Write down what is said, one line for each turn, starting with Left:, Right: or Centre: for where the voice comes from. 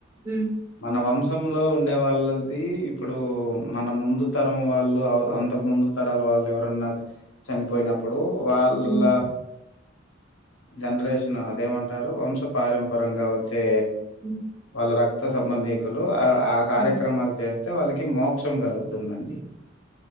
Right: హ్మ్.
Left: మన వంశంలో ఉండే వాళ్ళ అది ఇప్పుడు మన ముందు తరం వాళ్ళు అంతకు ముందు తరాల వాళ్ళు ఎవరన్నా చనిపోయినప్ ప్పుడు వాళ్ళ
Right: హ్మ్.
Left: జనరేషన్ అదేమంటారు వంశ పారంపరంగా వచ్ తే
Right: హ్మ్.
Left: వాళ్ళ రక్త సంబంధికులు ఆ కార్యక్రమాలు
Right: హ్మ్.
Left: చేస్ స్తె వాళ్ళకి మోక్షం కలుగుతుందండి